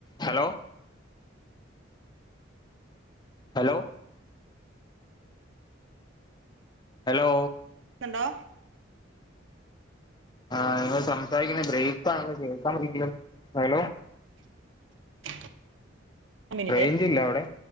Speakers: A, on the left; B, on the right.
A: Hello hello hello
B: ടോ
A: ആഹ് നിങ്ങൾ സംസാരിക്കുന്ന ബ്രേക്ക് ആണ് കേൾക്കാൻ പറ്റുന്നില്ല ഹലോ
B: <inaudible> ഒര്മിനിറ്റേ
A: റേഞ്ച് ഇല്ല അവിടെ